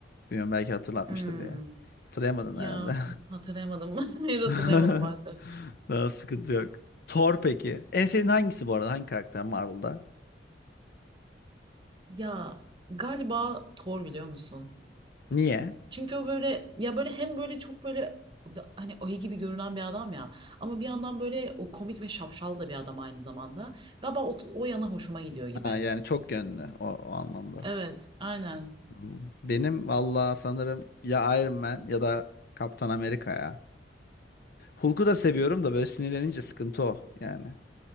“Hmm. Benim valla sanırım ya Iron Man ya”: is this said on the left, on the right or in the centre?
Left